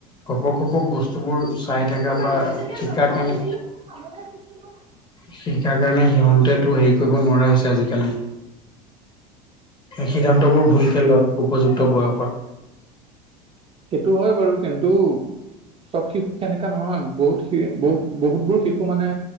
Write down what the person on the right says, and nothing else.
<unintelligible>
সেইটো হয় বাৰু কিন্তু। চব শিশু সেনেকা নহয় বহুত শি বহুত বহুতবোৰ শিশু মানে